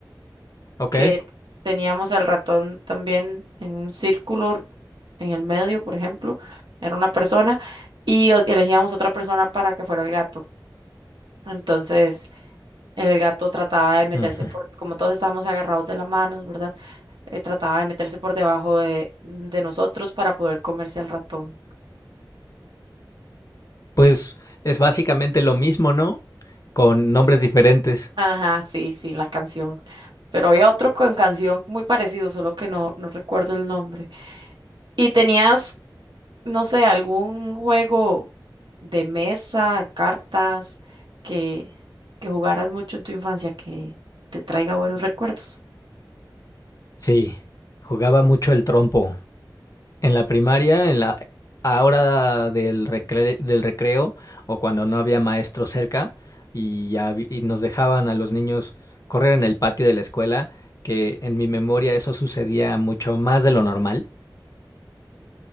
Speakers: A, on the left; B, on the right.
A: ¿Ok?
B: que teníamos al ratón también en un círculo en el medio, por ejemplo, era una persona, y o- elegíamos otra persona para que fuera el gato. Entonces... El gato trataba de meterse
A: Ujú.
B: por, como todos estábamos agarrados de las manos, ¿verdad? Eh, trataba de meterse por debajo de, de nosotros para poder comerse al ratón.
A: Pues es básicamente lo mismo, ¿no? Con nombres diferentes.
B: Ajá, sí, sí, la canción. Pero había otro con canción muy parecido, solo que no, no recuerdo el nombre. ¿Y tenías, no sé, algún juego de mesa, cartas, que, que jugaras mucho en tu infancia que te traiga buenos recuerdos?
A: Sí, jugaba mucho el trompo. En la primaria, en la a hora del recre- del recreo o cuando no había maestro cerca y, ya vi- y nos dejaban a los niños correr en el patio de la escuela, que en mi memoria eso sucedía mucho más de lo normal.